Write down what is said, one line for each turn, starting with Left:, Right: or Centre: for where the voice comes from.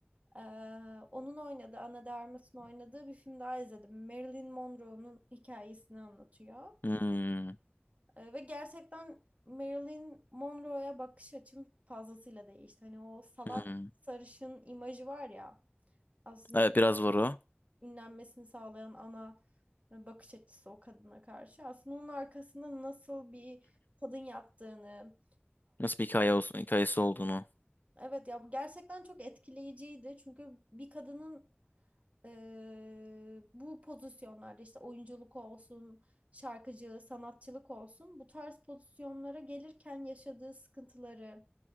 Right: eee, onun oynadığı, Ana de Armas'ın oynadığı bir film daha izledim. Marilyn Monroe'nun hikayesini anlatıyor.
Left: Hmm,
Right: E, ve gerçekten Marilyn Monroe'ya bakış açım fazlasıyla değişti. Hani o salak
Left: hmm.
Right: sarışın imajı var ya aslında
Left: Evet
Right: ünlenmesi-
Left: biraz var o.
Right: ünlenmesini sağlayan ana e, bakış açısı o kadına karşı. Aslında onun arkasında nasıl bir kadın yattığını,
Left: Nasıl bir hikaye olsun, hikayesi olduğunu.
Right: Evet ya gerçekten çok etkileyiciydi. Çünkü bir kadının eee, bu pozisyonlarda işte oyunculuk olsun, şarkıcı, sanatçılık olsun bu tarz pozisyonlara gelirken yaşadığı sıkıntıları